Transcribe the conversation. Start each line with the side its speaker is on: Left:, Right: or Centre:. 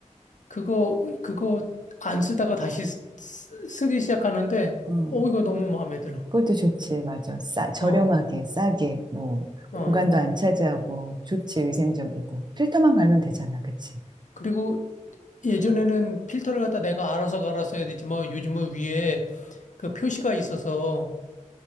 Left: 그거, 그거 안 쓰다가 다시 쓰, 쓰- 쓰기 시작하는데,
Right: 어.
Left: 어, 이거 너무 마음에 들어.
Right: 그것도 좋지, 맞아. 싸, 저렴하게,
Left: 어,
Right: 싸게, 뭐,
Left: 어.
Right: 공간도 안 차지하고, 좋지, 위생적이고. 필터만 갈면 되잖아, 그치?
Left: 그리고 예전에는 필터를 갖다 내가 알아서 갈아서 해야 되지만 요즘은 위에 그 표시가 있어서